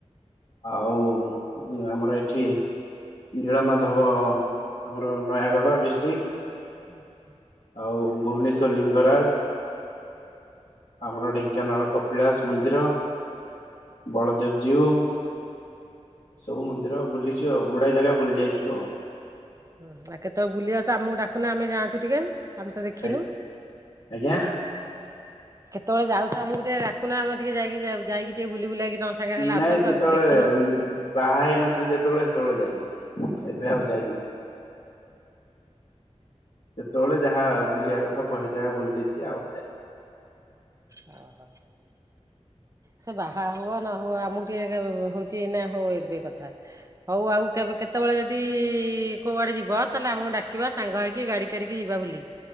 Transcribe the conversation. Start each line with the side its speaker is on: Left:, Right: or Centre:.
Left: ଆଉ ଆମର ଏଇଠି ନୀଳ ମାଧବ ଆମର ନୟାଗଡ଼ ଡିଷ୍ଟିକ୍।
Right: ହୁଁ ହୁଁ।
Left: ଆଉ ଭୁବନେଶ୍ୱର ଲିଙ୍ଗରାଜ। ଆମର ଢେଙ୍କାନାଳ କପିଳାସ ମନ୍ଦିର। ବଳଦେବ ଯିଉଁ। ସବୁ ମନ୍ଦିର ବୁଲିଛୁ ଆଉ ଗୁଡାଏ ଜାଗା ବୁଲି ଯାଇଛୁ ଆଉ।
Right: ହଁ ଆଉ କେତେବେଳେ ବୁଲିିଯାଉଛ ଆମକୁ ଡାକୁନ ଆମେ ଯାଆନ୍ତୁ ଟିକେ? ଆମେ ତ ଦେଖିନୁ।
Left: ଆଜ୍ଞା?
Right: କେତେବେଳେ ଯାଉ ତ ଆମକୁ ଟିକେଡାକୁୁନା ଆମେ ଟିକେ ଯାଇକି ଯାଇକି ଟିକେ ବୁଲି ବୁଲେଇକି ତମ ସାଙ୍ଗରେ ହେଲେ
Left: ନାଇଁ
Right: ଆସନ୍ତୁ
Left: ସେତେବେଳେ
Right: ଆମେ ତ ଦେଖିନୁ।
Left: ବାହା ହେଇନଥିଲି ଯେତେବେଳେ ସେତେବେଳେ ଯାଇଥିଲି ଏବେ ଆଉ
Right: ଓହୋ
Left: ଯାଇନି। ସେତେବେଳେ ଯାହା ବୁଲିବା କଥା ବହେ ଜାଗା ବୁଲି ଦେଇଛି ଆଉ ଯାଇନି।
Right: ଓ ହୋ। ସେ ବାହା ହୁଅ ନ ହୁଅ ଆମକୁ ଟିକେ ହଉଛି ନା ହଉ ଏବେ କଥା। ହଉ ଆଉ କେବେ କେତେବେଳେ ଯଦି କୋଉଆଡେ ଯିବ ତାହେଲେ ଆମକୁ ଡାକିବା ସାଙ୍ଗ ହେଇକି ଗାଡି କରିକି ଯିବା ବୁଲି।